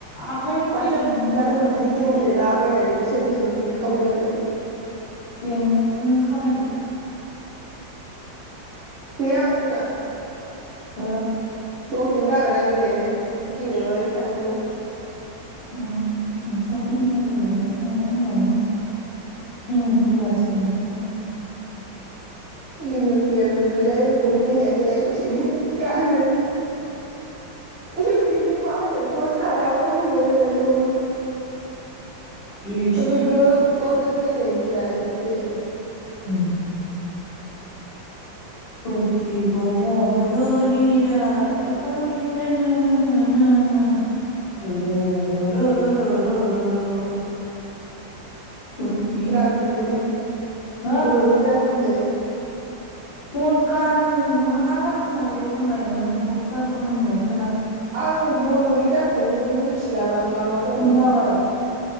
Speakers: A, on the left; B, on the right.
A: आखाइजों
B: माथो
A: गेलेनोनो
B: माथो
A: रोङा
B: बिदि गेमगेलेला बायनानै बोसोर बोसोरबा फैसा खामायलाबाय।
A: दे नों नों खामायदो।
B: गैया आं रोङा।
A: हो?
B: दसेनो बागोन आं गेलेनो गेलेबाय थानांगौ।
A: ओम नोंस्राथा इमेल गेलेग्रासो माथो होनबावनो इमेल प्लेयारसो नोंस्रा।
B: इमेल प्लेयारनो गैया इमेलखोबो गेलेयाखैलाय दसेनो। गारो <unintelligible> मा होनो खस खालामो आरो इमेलखौबो।
A: प्लिस
B: ओबेगोब। गोबावजों गेलेनोसैलाय बिदिसो।
A: ओम। फुरति बजाब दलिरा एबा <unintelligible> प्रति
B: गान खनदो
A: जब
B: दे
A: हा
B: बरनि गान खन्दो
A: कन गान मा गान खननांगौ दे खनलाय नों नोंखौ गान खननायखौ
B: आं बरनि गानखौनो मिथि लाबा मा मा दंमोन
A: खनलाबाय